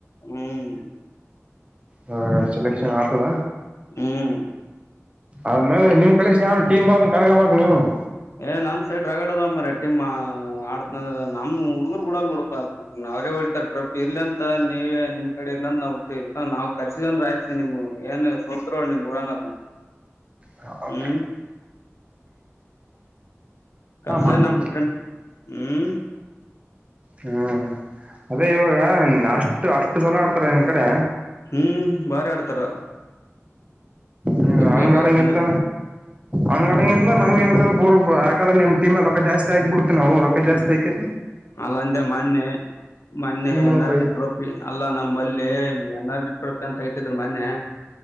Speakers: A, on the left; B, on the right.
A: ಹ್ಮ್.
B: ಹಾ ಸೆಲೆಕ್ಷನ್ ಆತವ.
A: ಹ್ಮ್.
B: ಅದ್ಮೇಲೆ ನಿಮ್ ಕಳಿಶನ್ ಯಾವನ್ ಟೀಮ್ ಬಾಮನ್ ಕಳ್ಕಂಬೇಕ್ ನೀವುನು.
A: ಏ ನಮ್ಮ್ ಸೈಡ್ ರಗಡದ ಮಾರೆ. ಆಡಂದ್ರ ನಮ್ ಹುಡ್ಗರು ಬಿಡಲ್ ಬಿಡ ಅವ್ರೇ ಹೊಳಿತಾರೆ ಟ್ರ ಇರ್ಲಿ ಅಂತ ನೀ ನೀವ ನಿಮ್ ಕಡೆ ಇರ್ಲ್ಲ ಅಂತ ನಾವು ಹಟ್ಟಿ ನಾವ್ ಕರ್ಸಿದ್ರ ಆಯ್ತೀ ನಿಮ್ ಏನ್ ಸೋತ್ರುಳ ನಿಮ್ ಊರನಾರ
B: ಹ
A: ಹ್ಮ್ ಕರ್ಸ್ಲ
B: <unintelligible>
A: ನಮ್ ಹ್ಮ್
B: ಹ್ಮ್ ಅದೇ ಇವಾಗ ಅಷ್ಟು ಅಷ್ಟ ಚಲೋ ಆಡ್ತಾರೆ ನಿಮ್ಮ್ ಕಡೆ
A: ಹ್ಮ್ ಬಾರಿ ಆಡ್ತಾರ ಹ್ಮ್
B: ಹ
A: ಬಲ್ಲಿ
B: ಹಂಗ
A: ಬಾರಿ
B: ಅಡಂಗ
A: ಚೆನ್ನಾಗ
B: ಇತ್ತ ಹಂಗ ಅಡ ನಮಗನ ಸ್ವಲ್ಪ ಅವರ್ಕ್ರೆ ನಿಮ್ಮ ನಿಮ್ಮಲ್ಲಿ ರೊಕ್ಕ ಜಾಸ್ತಿ ಆಕ್ಬ ಬಿಡ್ತೀ ನಾವು ರೊಕ್ಕ ಜಾಸ್ತಿ ಆಕಿ
A: ಅಲ್ಲಂದೆ ಮೊನ್ನೆ ಮೊನ್ನೆ
B: ನಿಮ್ಮ
A: ಎನ್ರ್ಜಿ
B: ಪ್ರೈಸ್
A: ಟ್ರೋಫಿ ಅಲ್ಲಾ ನಮ್ಮಲ್ಲಿ ಎನ್ರ್ಜಿ ಟ್ರೋಫಿ ಅಂತ ಇಟ್ಟಿದ್ ಮೊನ್ನೆ